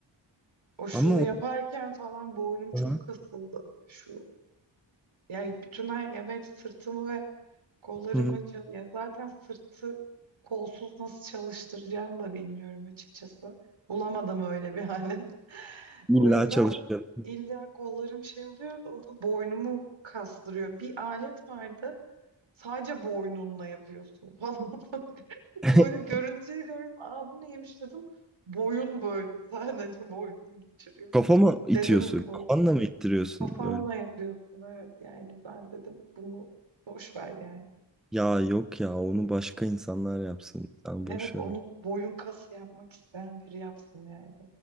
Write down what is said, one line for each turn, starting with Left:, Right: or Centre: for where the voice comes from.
Right: O şunu
Centre: Ama
Right: yaparken
Centre: o
Right: falan boynum çok
Centre: Aha.
Right: kasıldı. Şu yani bütün her ya ben hep sırtımı ve kollarımı
Centre: Hı hı.
Right: çal- ya zaten sırtı kolsuz nasıl çalıştıracağımı da bilmiyorum açıkçası. Bulamadım öyle bir alet. <laughs>
Centre: illa
Right: O yüzden
Centre: çalışıyor.
Right: illa kollarım şey oluyor o da boynumu kastırıyor. Bir alet vardı. Sadece boynunla yapıyorsun falan. <laughs>
Centre: <laughs>
Right: Böyle görüntüyü gördüm. Aa bu neymiş dedim. Boyun böyle. <laughs> Sadece boynuna geçiriyorsun.
Centre: Kafama itiyorsun.
Right: Dedim bu
Centre: Kafanla mı ittiriyorsun
Right: kafanla
Centre: böyle?
Right: yapıyorsun. Evet yani ben dedim bunu boş ver yani.
Centre: Ya yok ya onu başka insanlar yapsın. Sen
Right: Evet
Centre: boş
Right: onu
Centre: ver. onu.
Right: boyun kası yapmak isteyen biri yapsın yani.